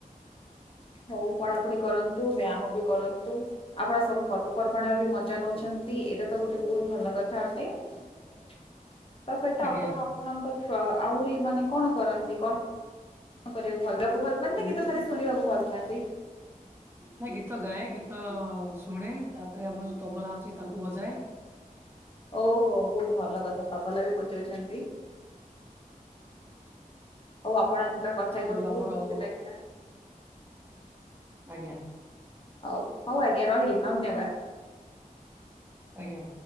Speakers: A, on the left; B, on the right.
A: ହଉ ପଢାପଢି କରନ୍ତୁ ବ୍ୟାୟାମ ବି କରନ୍ତୁ। ଆପଣ ସବୁ ପର୍ବପର୍ବାଣିର ବି ମଜା ନଉଛନ୍ତି ଏଇଟା ତ ଗୋଟେ ବହୁତ ଭଲ କଥା ଅଟେ। ତା ସହିତ
B: ଆଜ୍ଞା।
A: ଆପଣ ଆପଣଙ୍କ ଫ୍ର ଆହୁରି ମାନେ କଣ କରନ୍ତି କଣ? କଣ କରିବାକୁ ଭଲ ପାଆନ୍ତି <unintelligible> ନା ଗୀତ ଖାଲି ଶୁଣିବାକୁ ଭଲ ପାଆନ୍ତି।
B: ନା ଗୀତ ଗାଏ ଗୀତ ଶୁଣେ ତାପରେ ଆମର ଯୋଉ ତବଲା ଅଛି ତାକୁ ବଜାଏ।
A: ଓହୋ ବହୁତ ଭଲ କଥା ତବଲା ବି ବଜାଉଛନ୍ତି। ଆଉ ଆପଣଙ୍କ ସହିତ କଥାହେଇକି ମତେ
B: ଯୋଉ ଆମର
A: ବହୁତ ଖୁସି ଲାଗିଲା।
B: ଆଜ୍ଞା।
A: ଆଉ ହଉ ଆଜ୍ଞା ରହିଲି ଧନ୍ୟବାଦ।
B: ଆଜ୍ଞା।